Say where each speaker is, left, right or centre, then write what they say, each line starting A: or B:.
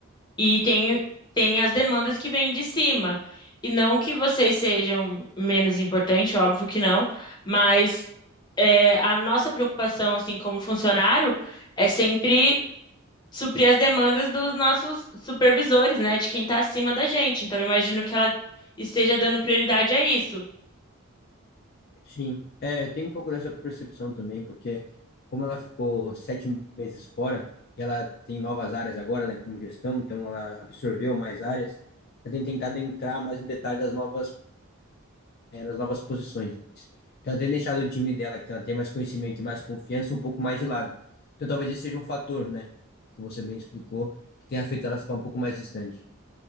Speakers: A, on the left; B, on the left.
A: E tem, tem as demandas que vêm de cima. E não que vocês sejam menos importantes, óbvio que não, mas é, a nossa preocupação, assim, como funcionário, é sempre suprir as demandas dos nossos supervisores, né? De quem está acima da gente. Então, eu imagino que ela esteja dando prioridade a isso.
B: Sim, é, eu tenho um pouco dessa percepção também, porque como ela ficou sete meses fora, e ela tem novas áreas agora, né, como gestão, então ela absorveu mais áreas, eu tenho tentado entrar mais no detalhe das novas é, nas novas posições. Então, ela tem deixado o time dela, que ela tem mais conhecimento e mais confiança, um pouco mais de lado. Então, talvez esse seja um fator, né? Que você bem explicou, que tenha feito ela ficar um pouco mais distante.